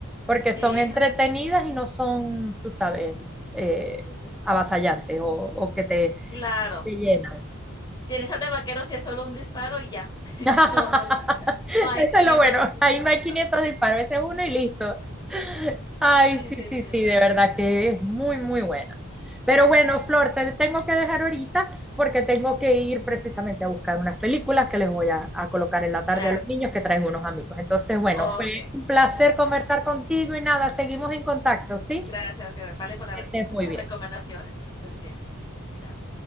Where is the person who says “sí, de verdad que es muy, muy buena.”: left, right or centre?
Centre